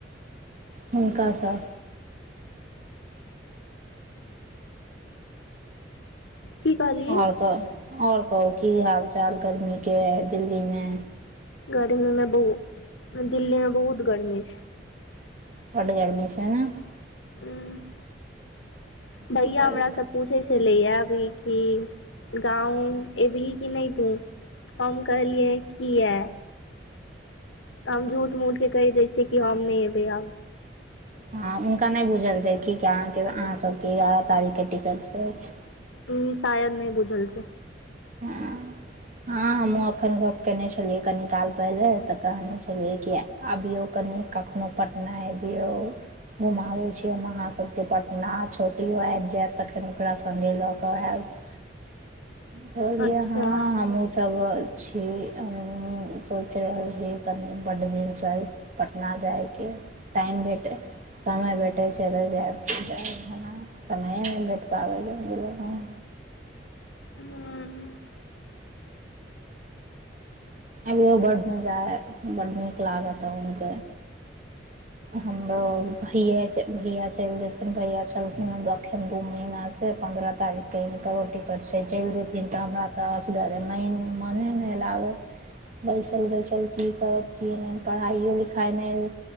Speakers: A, on the right; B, on the left.
A: हुनकासँ
B: की कहलियै
A: आओर कह आओर कहू की हाल चाल गर्मी के दिल्ली मे।
B: गर्मी मे बहुत दिल्ली में बहुत गर्मी।
A: <unintelligible>
B: उँ। भईआ
A: की करबै
B: हमरा सब, पूछै छलिया अभी कि गाँव एबही कि नइ तू। हम कहलियै किया, हम झूठ मूठके कइ दैई छियै हम नय एबै आब‌।
A: हँ हुनका नय बुझल छय कि <unintelligible> अहाँ सबके आठ तारीक के टिकट अछि।
B: उ शायद नय बुझल छै।
A: हँ। हँ हमहूँ एखन गप्प केने छलियै कनी काल पहिले त कहने छलियै किया, अबियौ कनि कखनो पटना अबियौ। घुमाबै छीयै हम अहाँ सबके पटना छोटियो आब जायत तखन ओकरा संगे ल क आयब, त लिए
B: अच्छा
A: हँ हमहुँ सब, अछ <unintelligible> सोचै जे बड दिन स, पटना जायके टाइम भेटै समय भेटैत छै। <unintelligible> समयमे। <unintelligible>
B: हूँ
A: अभी ओ बड मजा आय बड नीक लागत ह उनक, हमरो भैयए भैया चिइल जेथिन भैया छलखिन दखिन दू, <unintelligible> पन्द्रह तारीखके हिनकर टिकट छै चइल जैथिन त हमरा त असगोरै मने नई लागत। बैइसल बैइसल की करब की नइ पढ़ाइओ लिखाइयो,